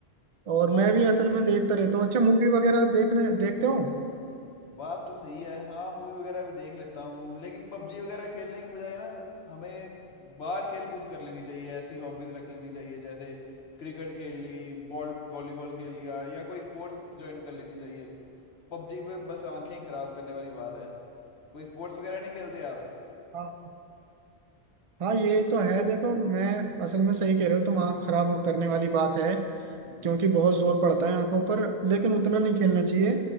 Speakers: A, on the right; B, on the left.
A: और
B: बात
A: मैं भी
B: तो
A: असल
B: सही
A: में
B: है
A: देखता रहता हूँ अच्छा मूवी वगैरह देखने देखते हो
B: बात तो सही है हाँ मूवी वगैरह भी देख लेता हूँ लेकिन पबजी वगैरह खेलने की बजाय ना हमें बाहर खेल कूद कर लेनी चाहिए ऐसी हॉबीज़ रख लेनी चाहिए जैसे क्रिकेट खेल ली बॉल वॉलीबॉल खेल लिया या कोई स्पोर्ट्स ज्वाइन कर लेनी चाहिए पबजी पे बस आंखें ही खराब करने वाली बात है कोई स्पोर्ट्स वगैरह नहीं खेलते आप
A: हाँ हाँ ये तो है देखो मैं असल में सही कह रहे हो तुम आँख खराब करने वाली बात है
B: हम्म
A: क्योंकि बहुत जोर पड़ता है आंखों पर लेकिन उतना नहीं खेलना चाहिए